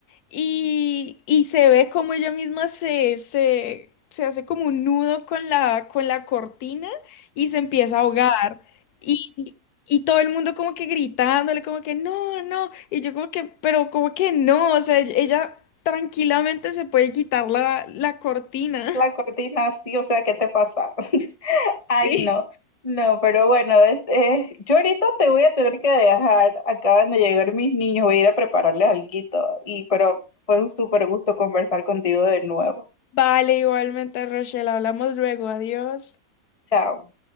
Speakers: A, on the left (about 75°); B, on the left (about 25°).
A: y, y se ve como ella misma se, se, se hace como un nudo con la, con la cortina y se empieza a ahogar. Y, y y todo el mundo como que gritándole, como que no, no. Y yo como que, pero como que no, o sea, ella tranquilamente se puede quitar la, la cortina.
B: La
A: <laughs>
B: cortina, sí, o sea, ¿qué te pasa? <laughs>
A: Sí,
B: Ay, no, no, pero bueno, este, yo ahorita te voy a tener que dejar, acaban de llegar mis niños, voy a ir a prepararles alguito, y pero fue un súper gusto conversar contigo de nuevo.
A: Vale, igualmente, Rochelle. Hablamos luego. Adiós.
B: Chao.